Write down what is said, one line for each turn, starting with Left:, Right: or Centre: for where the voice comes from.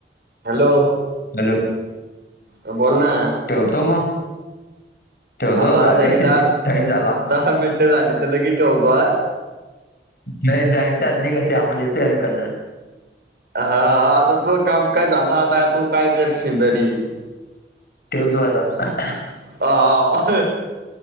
Right: हॅलो.
Left: हॅलो.
Right: हं बोल ना.
Left: ठेवतो मग, ठेवतो
Right: आता
Left: झाले
Right: आता एक
Left: की
Right: दहा
Left: टाईम झाला.
Right: दहा मिनिटं झाली तर लगे ठेवतो आ.
Left: नाही द्यायचं आमी घरचे आवाज येतोय ऐकन.
Right: हा आता तो काम काय झाला, आता तू काय करशील तरी.
Left: ठेवतो आता.
Right: <unintelligible>